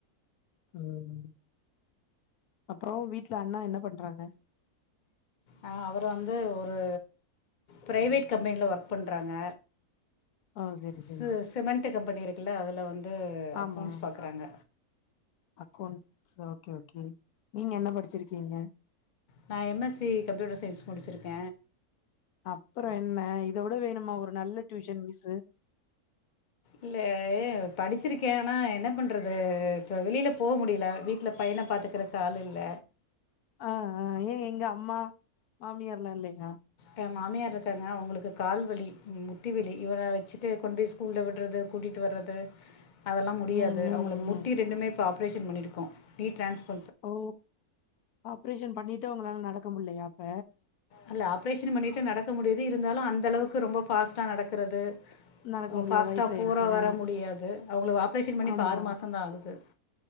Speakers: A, on the left; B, on the left.
A: ம் அப்பறோ வீட்டுல அண்ணா என்ன பண்றாங்க
B: ஆ அவரு வந்து ஒரு ப்ரைவேட் கம்பெனில ஒர்க் பண்றாங்க
A: ஓ சரி சரி
B: ச சிமெண்ட் கம்பெனி இருக்குல்ல அதில வந்து
A: ஆமா
B: அக்கௌண்ட்ஸ் பாக்குறாங்க
A: அக்கௌண்ட்ஸ் ஓகே ஓகே நீங்க என்ன படிச்சிருக்கீங்க
B: நா எம்எஸ்சி கம்ப்யூட்டர் சயின்ஸ் முடிச்சிருக்க
A: அப்பற என்ன இத விட வேணுமா ஒரு நல்ல டியூஷன் மிஸ்ஸு
B: இல்ல படிச்சிருக்க ஆனா என்ன பண்றது வெளில போ முடில வீட்ல பையன பாத்துக்குற ஆள் இல்ல
A: ஆ ஆ ஏ எங்க அம்மா மாமியார்லா இல்லயா
B: ஏ மாமியார் இருக்காங்க அவங்களுக்கு கால்வலி முட்டி வலி இவன வச்சுட்டு கொண்டு போய் ஸ்கூல்ல விடுறது கூட்டிட்டு வர்றது அதெல்லா முடியாது
A: ம் ம்
B: அவங்களுக்கு
A: ம்
B: முட்டி ரெண்டுமே இப்ப ஆப்ரேஷன் பண்ணிருக்கோ நீ டிரான்ஸ்ப
A: ஓ ஆப்ரேஷன் பண்ணிட்டு அவங்களால நடக்க முடியலையா அப்ப
B: அல்ல ஆப்ரேஷன் பண்ணிட்டு நடக்க முடியுது இருந்தாலு அந்த அளவுக்கு ரொம்ப ஃபார்ஸ்ட்டா நடக்குறது
A: நடக்க முடியாது
B: ஃபார்ஸ்ட்டா
A: வயசாயிருச்சு
B: போற
A: ஆ
B: வர முடியாது அவங்களுக்கு ஆப்ரேஷன் பண்ணி
A: ஆமா
B: இப்ப ஆறு மாச தா ஆகுது